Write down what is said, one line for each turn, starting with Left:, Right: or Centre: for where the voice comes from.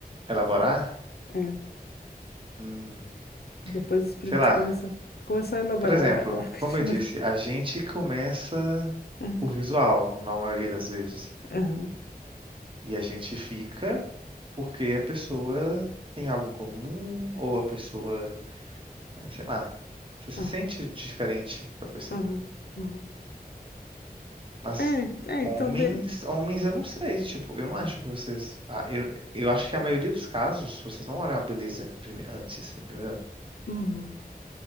Right: elaborar,
Left: é.
Right: hum,
Left: Depois
Right: sei lá.
Left: tu começar, tu começou a elaborar,
Right: Por exemplo,
Left: vai lá, <laughs> continua.
Right: como eu disse, a gente começa
Left: Aham,
Right: por visual, na maioria das vezes,
Left: aham,
Right: e a gente fica porque a pessoa tem algo em comum ou a pessoa, sei lá, você se
Left: aham,
Right: sente diferente com a pessoa.
Left: aham, aham.
Right: Mas
Left: É, é,
Right: homens,
Left: então, de-
Right: homens, eu não sei, tipo, eu não acho que vocês. Ah, eu, eu acho que a maioria dos casos, vocês não olham a beleza prime- antes, entendeu?
Left: uhum.